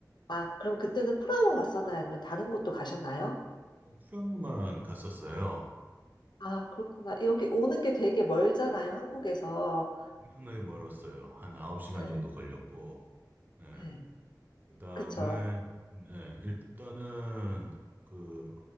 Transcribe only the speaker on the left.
아, 그럼 그때는 프라하만 왔었나요? 아니면 다른 곳도 가셨나요?
아, 그렇구나. 여기 오는 게 되게 멀잖아요, 한국에서.
네,
네.
그쵸?